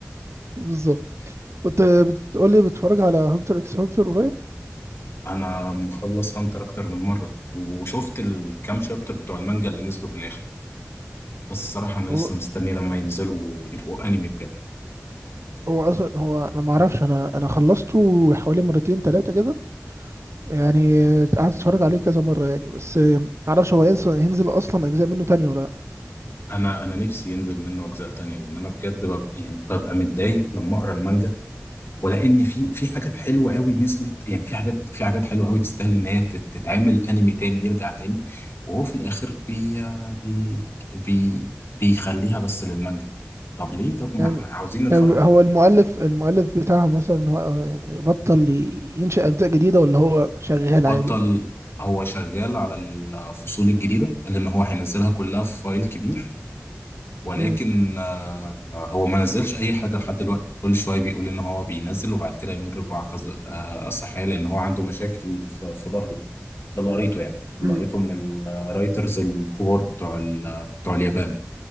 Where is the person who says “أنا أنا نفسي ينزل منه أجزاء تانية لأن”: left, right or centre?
Left